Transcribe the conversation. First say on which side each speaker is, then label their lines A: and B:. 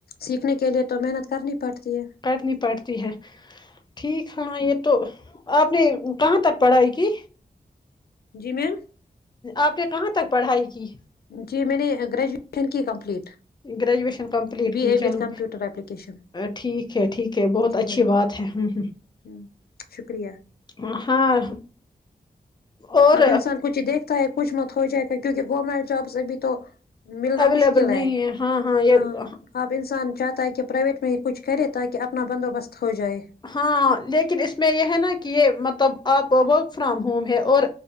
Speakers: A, on the left; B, on the left.
A: سیکھنے کے لی تو محنت کرنی پڑتی ہے
B: کرنی پڑتی ہے ٹھیک ہاں یہ تو آپ نے کہاں تک پڑھائی کی
A: جی میم
B: آپ نے کہاں تک پڑھائی کی
A: جی میں نے گریجویشن کی کمپلیٹ
B: گریجویشن کمپلیٹ
A: بی
B: کی
A: اے
B: چلو
A: وتھ کمپیوٹر اپلیکیشن
B: ٹھیک ہے ٹھیک ہے بہت
A: جی
B: اچھی
A: میم
B: بات ہے ہ
A: ہمم شکریہ
B: ہ ہاں اور
A: اب انسان کچھ ہی دیکھتا ہے کچھ مت ہو جائے گا کیونکہ گورنمنٹ جاب سے بھی تو ملنا
B: اویلیبل
A: مشکل ہے
B: نہیں ہاں یہ
A: ہاں اب انسان چاہتا ہے کہ پرائیویٹ میں ہی کچھ کرے تاکہ اپنا بندوبست ہو جائے
B: ہاں لیکن اس میں یہ ہے نا کہ یہ مطلب آپ ورک فرام ہوم ہے اور